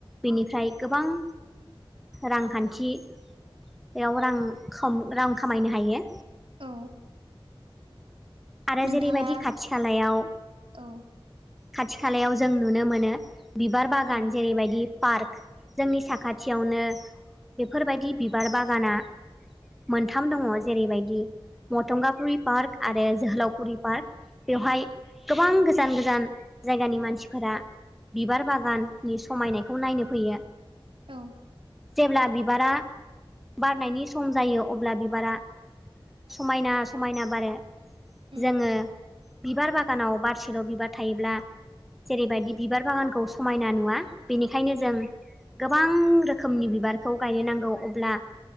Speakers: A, in the centre; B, on the right.
A: बिनिफ्राय गोबां रांखान्थियाव रां रां खामायनो हायो
B: औ
A: आरो
B: नोंथाङा
A: जेरैबायदि खाथि खालायाव
B: औ
A: खाथि खालायाव जों नुनो मोनो बिबार बागान
B: औ
A: जेरैबायदि पार्क जोंनि साखा थियावनो बेफोरबायदि बिबार बागाना मोनथाम
B: उम
A: दङ जेरैबायदि मथंगाफुरि पार्क आरो जोहोलावफुरि पार्क बेवहाय गोबां गोसो गोजान गोजान जायगानि मानसिफोरा बिबार बागाननि समायनायखौ नायनो फैयो
B: औ
A: जेब्ला बिबारा बारनायनि सम जायो अब्ला बिबारा समायना समायना बारो
B: उम
A: जोङो बिबार बागानाव बारसेल' बिबार थायोब्ला जेरैबायदि बिबार बागानखौ समायना नुवा बेनिखायनो
B: उम
A: जों गोबां रोखोमनि बिबारखौ गायनो नांगौ अब्ला